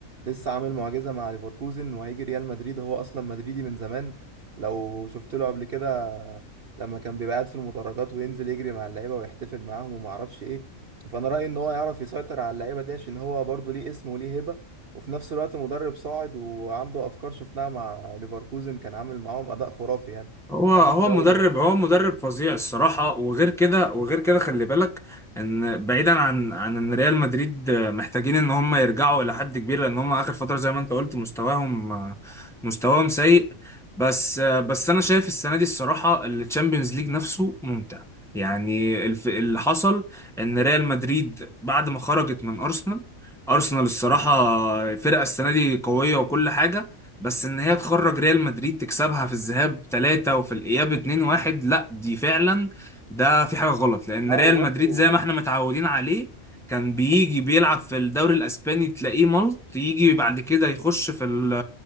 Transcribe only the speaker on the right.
لسه عامل معجزة مع ليفركوزن وهيجي ريال مدريد هو أصلا مدريدي من زمان لو شفت له قبل كده لما كان بيبقى قاعد في المدرجات وينزل يجري مع اللعيبة ويحتفل معاهم وما أعرفش إيه فأنا رأيي إن هو يعرف يسيطر على اللعيبة دي عشان هو برضه ليه اسم وليه هيبة وفي نفس الوقت مدرب صاعد وعنده أفكار شفناها مع ليفركوزن كان عامل معاهم أداء خرافي يعني
خد
الدوري
لا
وبرضه